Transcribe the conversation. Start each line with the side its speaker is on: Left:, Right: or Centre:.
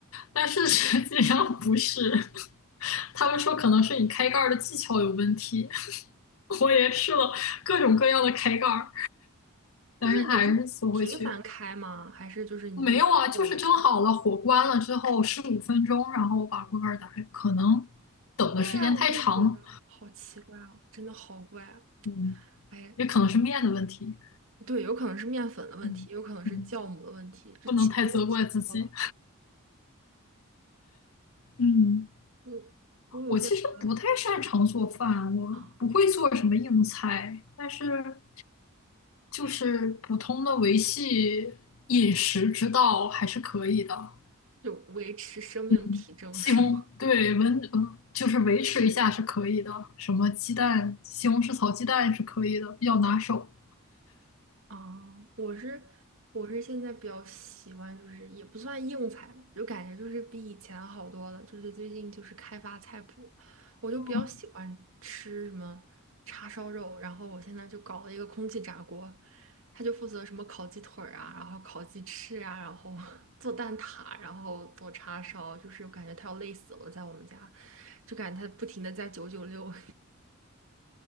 Left: 但是实际上不是。<laughs> 他们说可能是你开盖儿的技巧有问题，<laughs> 我也试了各种各样的开盖儿，
Right: 就是你是频繁开吗？
Left: 但是它还是缩回去。
Right: 还是就是你一直凑着呀？
Left: 没有啊，就是蒸好了，火关了之后十五分钟，然后我把锅盖儿打开，可能等的时间太长了，
Right: 对呀，我也觉得好奇怪哦，真的好怪啊。
Left: 嗯，
Right: 哎，
Left: 也可能是面的问题。
Right: 对，有可能是面粉的问题，
Left: 嗯嗯，
Right: 有可能是酵母的问题，这其中问题多了。
Left: 不能太责怪自己。嗯，
Right: 嗯，我有些朋友
Left: 我其实不太擅长做饭，我不会做什么硬菜，
Right: 啊，
Left: 但是就是普通的维系饮食之道还是可以的。
Right: 就维持生命体征是吗？
Left: 嗯，西红，对，温，呃就是维持一下是可以的，什么鸡蛋、西红柿炒鸡蛋是可以的，比较拿手。
Right: 啊，我是我是现在比较喜欢，就是也不算硬菜吧，就感觉就是比以前好多了。就是最近就是开发菜谱，我就比较喜欢吃什么叉烧肉，
Left: 嗯，
Right: 然后我现在就搞了一个空气炸锅，他就负责什么烤鸡腿儿啊，然后烤鸡翅啊，然后 <laughs> 做蛋挞，然后做叉烧，就是我感觉他要累死了，在我们家，就感觉他不停的在九九六，